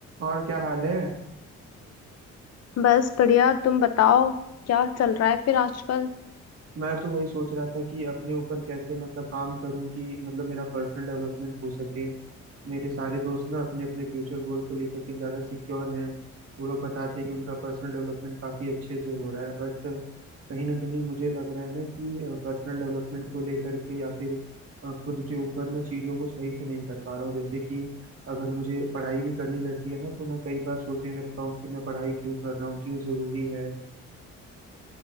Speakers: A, on the right (about 50°); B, on the left (about 55°).
A: और क्या हाल है
B: बस बढ़िया तुम बताओ क्या चल रहा है फिर आजकल
A: मैं तो वही सोच रहा था कि अपने ऊपर कैसे मतलब काम करूं कि मतलब मेरा पर्सनल डेवलपमेंट हो सके मेरे सारे दोस्त ना अपने अपने फ्यूचर गोल को लेकर के ज्यादा सिक्योर हैं वो लोग बताते हैं कि उनका पर्सनल डेवलपमेंट काफी अच्छे से हो रहा है बट कहीं ना कहीं मुझे लग रहा है ना कि पर्सनल डेवलपमेंट को लेकर के या फिर अ, खुद के ऊपर मैं चीजों को सही से नहीं कर पा रहा हूँ जैसे कि अगर मुझे पढ़ाई भी करनी रहती है ना तो मैं कई बार सोचने लगता हूँ कि मैं पढ़ाई क्यों कर रहा हूँ क्यों जरूरी है